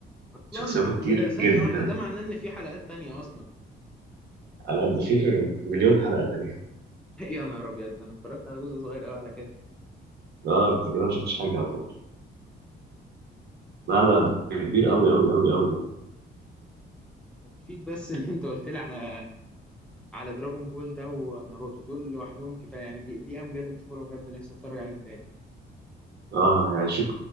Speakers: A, in the centre; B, on the right.
A: اصلا
B: شخصياته كتير
A: ايه ده ثانية
B: جدا
A: واحدة ده معناه ان في حلقات تانية اصلا
B: على قد فيه مليون حلقه تانية
A: <laughs> يا نهار ابيض ده انا اتفرجت على جزء صغير قوي على كده
B: اه انت كده ما شفتش حاجه على طول لا لا ده كبير قوي قوي قوي قوي يعني
A: يكفيك بس ان انت قلت لي على على دراجون بول ده وناروتو دول لوحدهم كفايه يعني دي دي امجاد الطفوله بجد نفسي اتفرج عليهم تاني
B: اه يعني شوف